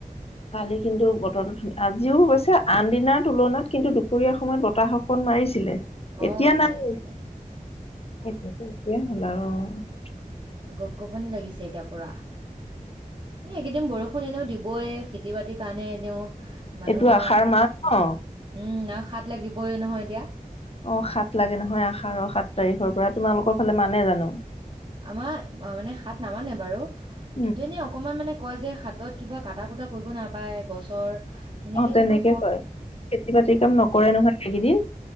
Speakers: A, on the left; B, on the right.
A: কালি কিন্তু বতৰটো ধু, আজিও অৱশ্যে আন দিনাৰ তুলনাত কিন্তু দুপৰীয়া সময়ত বতাহক অকণ মাৰিছিলে,
B: অ
A: এতিয়া নাই
B: মাৰিছিলে
A: এতিয়া এতিয়া হল আৰু।
B: গপ গপনি লাগিছে এতিয়া পোৰা! এ এইকেইদিন বৰষুণ এনেও দিবই খেতি-বাতিৰ কাৰণে এনেও মানুহৰ
A: এইটো আষাৰ মাহ ন
B: উম আৰু হাত লাগিবই নহয় এতিয়া।
A: অঁ হাত লাগে নহয় আহাৰ সাত তাৰিখৰ পৰা, তোমালোকৰ ফালে মানে জানো?
B: আমাৰ মানে হাত নামানে বাৰু,
A: উম
B: কিন্তু এনে অকমান মানে কয় যে হাতত কিবা কাটা কুটা কৰিব নাপায় গছৰ সেনেকে
A: অঁহ
B: অকমান
A: তেনেকে কয়, খেতি-বাতি কাম নকৰে নহয়, সেইকেইদিন।